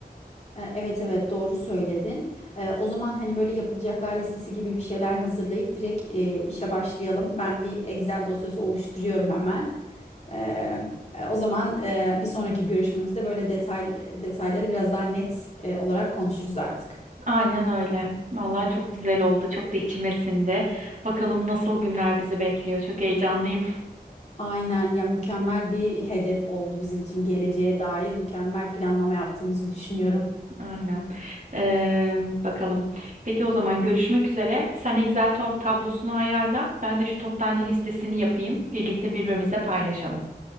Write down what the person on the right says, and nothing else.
Aynen öyle. Vallahi çok güzel oldu. Çok da içime sindi. Bakalım nasıl günler bizi bekliyor. Çok heyecanlıyım.
<laughs> Aynen. Ee, bakalım. Peki o zaman görüşmek üzere. Sen Excel top tablosunu ayarla. Ben de şu toptancı listesini yapayım. Birlikte birbirimize paylaşalım.